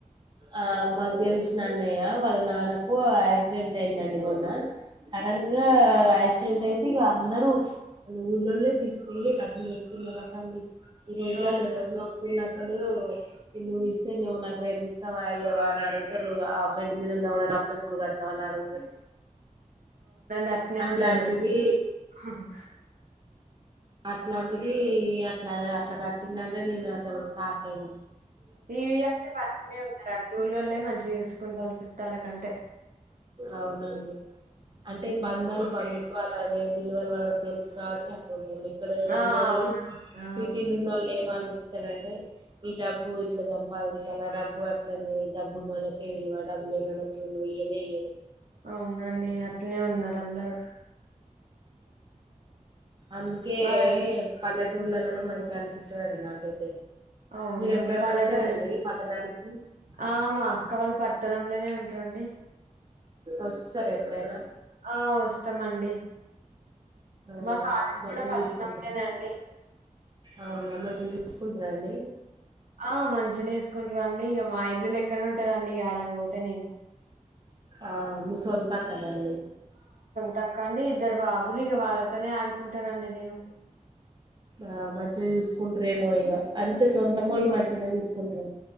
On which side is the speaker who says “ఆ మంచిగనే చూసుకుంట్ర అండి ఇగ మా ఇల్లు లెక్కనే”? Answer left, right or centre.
Right